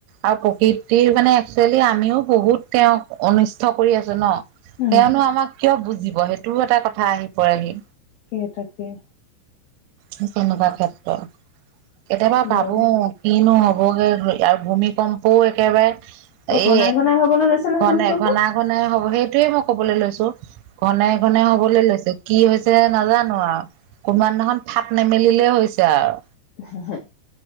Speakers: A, on the right; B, on the left.
A: আৰু প্ৰকৃতিৰ মানে একচুৱেলি আমিও বহুত তেওঁ অনিষ্ট কৰি আছোঁ ন,
B: উম
A: তেওঁনো আমাক কিয় বুজিব সেইটোও এটা কথা আহি পৰেহি।
B: তাকেই তাকেই।
A: তেনেকুৱা ক্ষেত্ৰত। কেতিয়াবা ভাবো
B: বৰ
A: কিনো হবগে আৰু ভূমিকম্পও একেবাৰে
B: অ
A: এ,
B: ঘনাই ঘনাই হবলৈ লৈছে নহয়
A: ঘনে
B: ভূমিকম্প
A: ঘনা ঘনে হ'ব সেই সেইটোয়ে মই কবলৈ লৈছো, ঘনেই ঘনেই হবলৈ লৈছো কি হৈছে ছে নাজানো আৰু কোনোবা এদিনাখন ফাট নেমেলিলে হৈছে আৰু।
B: হে হে,